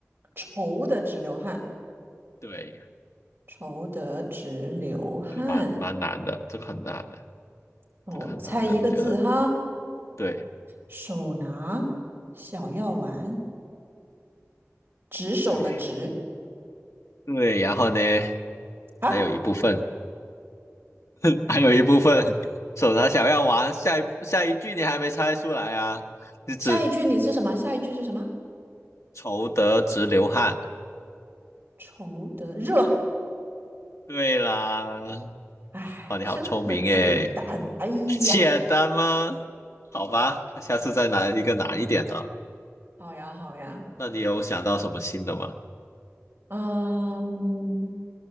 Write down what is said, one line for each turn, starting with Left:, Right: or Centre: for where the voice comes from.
Right: 愁得直流汗，
Left: 对，
Right: 愁得直流汗。
Left: 这个蛮蛮难的，这个很难的，
Right: 哦，
Left: 这个很难的，
Right: 猜一个字哈，
Left: 我觉得。对
Right: 手拿小药丸，执手的执
Left: 对对，然后呢，
Right: 啊。
Left: 还有一部分，<laughs> 还有一部分，手拿小药丸，下一下一句你还没猜出来啊？你只
Right: 下一句你是什么？下一句是什么？
Left: 愁得直流汗。
Right: 愁得热。
Left: 对啦，
Right: 哎，
Left: 哇，你好聪明诶，
Right: 这么简单。哎呀，
Left: <laughs> 简单吗？好吧，那下次再拿一个难一点的。
Right: 好呀，好呀。
Left: 那你有想到什么新的吗？
Right: 嗯，